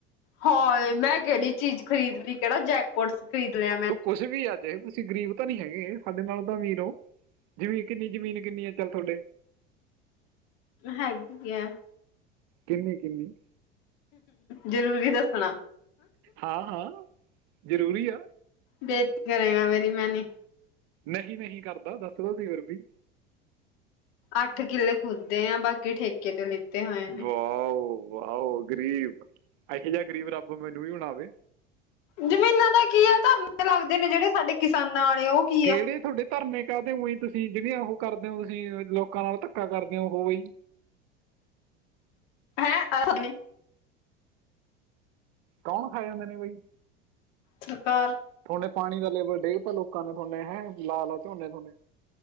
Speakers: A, on the left; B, on the right.
A: ਹਾਏ ਮੈਂ ਕਿਹੜੀ ਚੀਜ਼ ਖਰੀਦ ਲਈ ਕਿਹੜਾ ਜੈਕਪੋਟ ਖਰੀਦ ਲਿਆ। ਮੈਂ।
B: ਕੁਛ ਵੀ ਆ ਚਾਹੇ, ਤੁਸੀਂ ਗ਼ਰੀਬ ਤਾਂ ਨੀ ਹੈਗੇ, ਸਾਡੇ ਨਾਲ ਤਾਂ ਅਮੀਰ ਹੋ। ਜਮੀਨ ਕਿੰਨੀ-ਜ਼ਮੀਨ ਕਿੰਨੀ ਹੈ, ਚੱਲ ਤੁਹਾਡੇ।
A: ਹੈਗੀ ਏ
B: ਕਿੰਨੀ-ਕਿੰਨੀ।
A: ਜ਼ਰੂਰੀ ਦੱਸਣਾ।
B: ਹਾਂ, ਹਾਂ, ਜ਼ਰੂਰੀ ਆ।
A: ਬੇ ਕਰੇਂਗਾ, ਮੇਰੀ ਮੈਂ ਨੀ
B: ਨਹੀਂ, ਨਹੀਂ ਕਰਦਾ ਦੱਸ ਤਾਂ ਸਹੀ ਫਿਰ ਵੀ।
A: ਅੱਠ ਕਿੱਲੇ ਖੁਦੇ ਆ ਬਾਕੀ ਠੇਕੇ ਕਿਤੇ ਲਿੱਤੇ ਹੋਏ ਨੇ।
B: ਵਾਹ-ਵਾਹਓ ਗਰੀਬ ਇਹੋ ਜਿਹਾ ਗ਼ਰੀਬ ਰੱਬ ਮੈਨੂੰ ਹੀ ਹਣ ਆਵੇ,
A: ਜ਼ਮੀਨਾਂ ਦਾ ਕੀ ਆ ਧਰਨੇ ਲੱਗਦੇ, ਨੇ ਜਿਹੜੇ ਸਾਡੇ ਕਿਸਾਨਾਂ ਵਾਲੇ ਉਹ ਕੀ
B: ਕਿਹੜੇ
A: ਆ।
B: ਤੁਹਾਡੇ ਧਰਨੇ ਕਾਹਦੇ ਉਈ ਬੀ ਤੁਸੀਂ ਜਿਹੜੀਆਂ, ਉਹ ਕਰਦੇ ਹੋ ਤੁਸੀਂ ਲੋਕਾਂ ਨਾਲ ਧੱਕਾ ਕਰਦੇ ਹੋ ਉਹ ਬਈ।
A: ਹੋ।
B: ਕੌਣ ਖਾ ਜਾਂਦੇ ਨੇ ਬਈ।
A: ਸਰਕਾਰ
B: ਥੋਨੇ ਪਾਣੀ ਦਾ ਲੇਵਲ ਡੇਗ ਤਾਂ, ਲੋਕਾਂ ਨੇ ਥੋਨੇ ਹੈਂ ਲਾ ਲਾ ਝੋਨੇ ਥੋਨੇ